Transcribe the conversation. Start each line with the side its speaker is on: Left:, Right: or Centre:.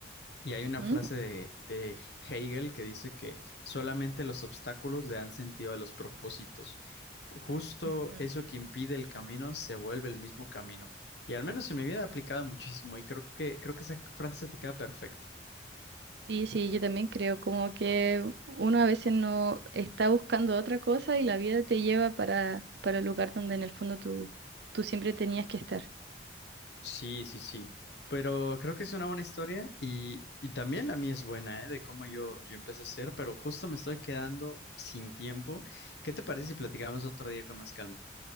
Left: Y hay una
Right: Ujú.
Left: frase de, de Hegel que dice que solamente los obstáculos le dan sentido a los propósitos. Justo
Right: Ujú.
Left: eso que impide el camino se vuelve el mismo camino. Y al menos en mi vida ha aplicado muchísimo y creo que, creo que esa frase te queda perfecta.
Right: Sí, sí, yo también creo como que uno a veces no está buscando otra cosa y la vida te lleva para, para el lugar donde en el fondo tú, tú siempre tenías que estar.
Left: Sí, sí, sí. Pero creo que es una buena historia y, y también la mía es buena, ¿eh? De cómo yo, yo empecé a ser, pero justo me estoy quedando sin tiempo. ¿Qué te parece si platicamos otro día con más calma?